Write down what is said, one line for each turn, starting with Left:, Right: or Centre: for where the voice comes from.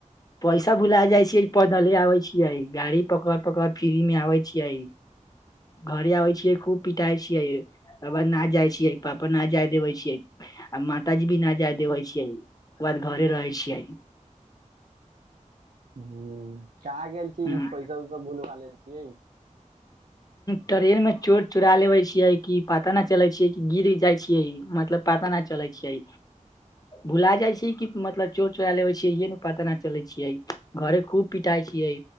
Left: पैसा भुला जाइ छियै पैदले आबे छियै गाड़ी पकड़ पकड़ फ्री में आबे छियै घरे आबै छियै खूब पिटाइ छियै तकर बाद न जाइ छियै पापा न जाय देबे छियै आ माताजी भी न जाय देबै छियै ओकर बाद घरे रहै छियै
Right: हू कहाँ गेल छियै
Left: हूँ
Right: पैसा उसा भूलबा लेल छियै <inaudible>
Left: ट्रेन में चोर चोरा लेबे छियै कि पता न चले छियै कि गिर जाइ छियै मतलब। पता नै चलै छियै
Right: <inaudible>
Left: भुला जाइ छै कि मतलब चोर चोरा लेबे छै इे न पता नै चले छियै घरे खूब पिटाई छियै।